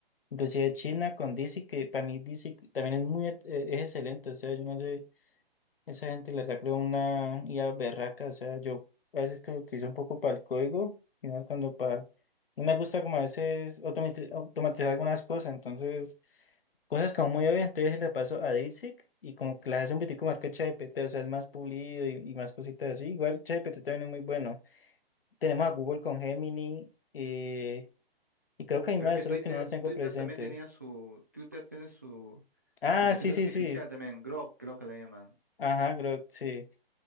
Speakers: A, on the left (about 65°); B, on the right (about 20°).
A: inclusive China con DeepSeek, que para mí DeepSeek también es muy, e- es excelente. O sea, yo no sé. Esa gente le saca una IA berraca, o sea, yo a veces creo que hice un poco para el código, y no cuando para... No me gusta como a veces automatiz- automatizar algunas cosas, entonces, cosas como muy obvias, entonces le paso a DeepSeek y como que las hace un poquitico más que ChatGPT, o sea, es más pulido y, y más cositas así. Igual ChatGPT también es muy bueno. Tenemos a Google con Gemini, eh, y creo que hay
B: Creo
A: más,
B: que
A: solo
B: Twitter,
A: que no los tengo
B: Twitter
A: presentes.
B: también tenía su, Twitter tiene su
A: Ah,
B: inteligencia
A: sí, sí,
B: artificial
A: sí.
B: también, Grok, creo que la llaman.
A: Ajá, creo, sí.